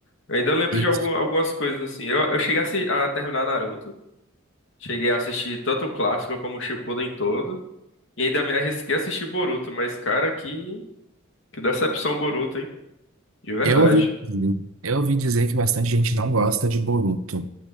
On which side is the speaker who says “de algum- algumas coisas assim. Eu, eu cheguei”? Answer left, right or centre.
Left